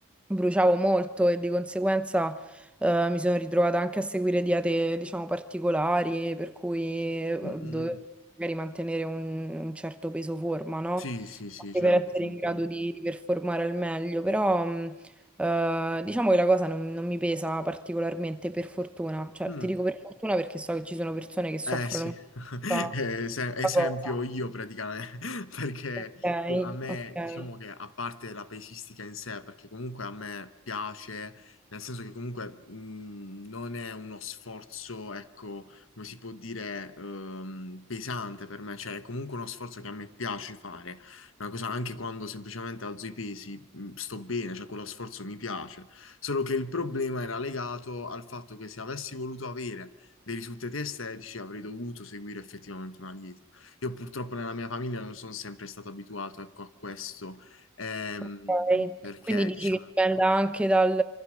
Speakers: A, in the centre; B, on the left.
A: bruciavo molto e di conseguenza... Eh, mi sono ritrovata anche a seguire diete, diciamo, particolari, per cui eh,
B: Mm, mm,
A: dovevo
B: mm. Mm.
A: magari mantenere un, un certo peso forma, no?
B: Sì, sì, sì,
A: Anche
B: certo,
A: per essere
B: ci mancherebbe.
A: in grado di, di performare al meglio, però mh, eh, diciamo che la cosa non, non mi pesa particolarmente, per fortuna. Cioè,
B: Mm,
A: ti dico per fortuna perché so che ci sono persone che soffrono
B: Eh sì, <laughs>
A: molta
B: Eh, se- esempio
A: questa cosa.
B: io praticamente, <laughs> perché
A: Ok,
B: a me,
A: ok.
B: diciamo che a parte la pesistica in sé, perché comunque a me piace, nel senso che comunque mh, non è uno sforzo, ecco, come si può dire, ehm, pesante per me, cioè è comunque uno sforzo che a me piace fare, una cosa anche quando semplicemente alzo i pesi, mh, sto bene, cioè quello sforzo mi piace, solo che il problema era legato al fatto che se avessi voluto avere dei risultati estetici, avrei dovuto seguire effettivamente una dieta. Io purtroppo nella mia famiglia non sono sempre stato abituato, ecco, a questo, ehm,
A: Ok,
B: perché
A: Quindi dici
B: diciamo,
A: che dipende anche dal-